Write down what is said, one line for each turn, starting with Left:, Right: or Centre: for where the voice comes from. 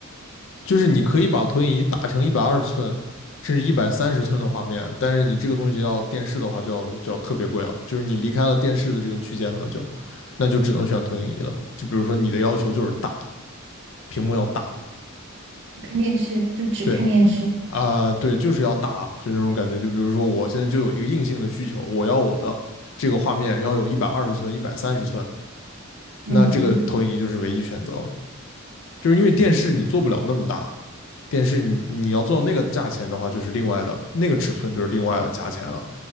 Left: 就是你可以把投影仪打成一百二十寸。甚至一百三十寸的画面，但是你这个东西要电视的话，就要就要特别贵了，就是你离开了电视的这个区间了，就，那就只能选投影仪了。就比如说你的要求就是大，屏幕要大，
Right: 看电视就只看电视，
Left: 对，啊、对，就是要大，就那种感觉。就比如说，我现在就有一个硬性的需求，我要我的这个画面要有一百二十寸、一百三十寸，
Right: 嗯
Left: 那这个投影仪就是唯一选择了。就是因为电视你做不了那么大，电视你你要做到那个价钱的话，就是另外的那个尺寸就是另外的价钱了。